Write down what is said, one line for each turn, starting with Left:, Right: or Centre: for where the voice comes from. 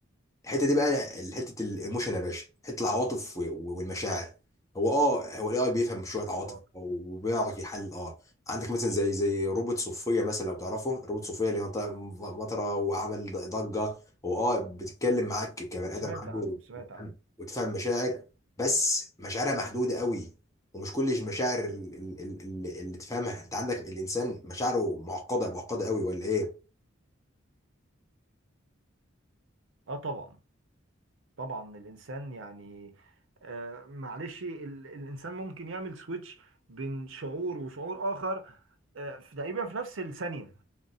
Left: الحته دي بقى حته الايموشن يا باشا حته العواطف و- و- والمشاعر هو اه هو الاي اي بيفهم شويه عواطف
Right: اه
Left: وبيعرف يحلل اه عندك مثلا زي زي روبوت صوفيا مثلا لو تعرفه روبوت صوفيا اللي هو طلع مطره وعمل ضجه هو اه بتتكلم معاك كبني
Right: سمعت
Left: ادم عنده
Right: عنهم سمعت
Left: وتفهم
Right: عنهم
Left: وتفهم مشاعر بس مشاعرها محدوده قوي ومش كل المشاعر ال- ال- ال- ال- اللي تفهمها انت عندك الانسان مشاعره معقده معقده قوي ولا ايه
Right: اه طبعا طبعا الانسان يعني آه، معلش ال- الانسان ممكن يعمل سويتش بين شعور وشعور اخر آه، في- تقريبا في نفس الثانيه